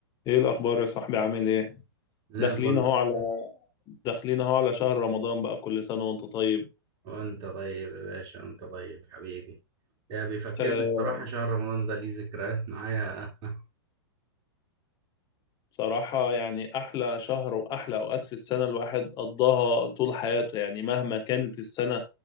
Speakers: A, on the left; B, on the right.
A: ايه الاخبار يا صاحبي عامل ايه
B: زي
A: داخلين
B: الفل
A: اهو على داخلين اهو على شهر رمضان بقى كل سنه وانت طيب
B: وانت طيب يا باشا انت طيب حبيبي يا بيفكرني
A: أه
B: بصراحة شهر رمضان ده ليه ذكريات معايا <laughs>
A: بصراحه يعني احلى شهر واحلى اوقات في السنه الواحد قضاها طول حياته يعني مهما كانت السنه